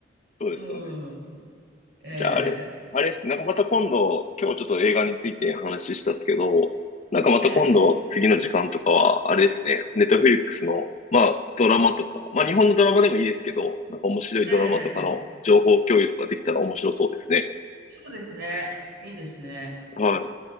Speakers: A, on the left; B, on the right.
A: そうですよね。
B: うん、え
A: じゃあ、あれ、
B: え、
A: あれっす。なんかまた今度、今日ちょっと映画について話したっすけど、なんかまた今度、
B: ええ、
A: 次の時間とかは、あれですね、ネットフリックスの、まあ、ドラマとか、まあ、日本のドラマでもいいですけど、なんか面白いドラマとかの情報共有とかできたら面白そうですね。
B: ええ、ええそうですね。いいですね。
A: はい。